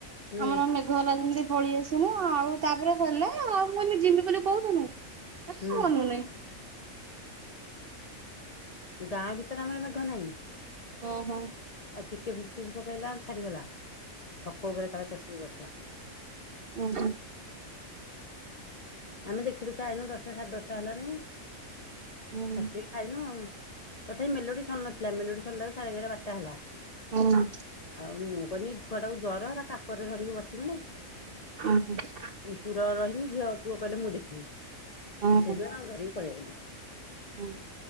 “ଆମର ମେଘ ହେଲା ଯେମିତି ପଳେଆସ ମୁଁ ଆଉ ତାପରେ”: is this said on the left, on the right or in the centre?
Right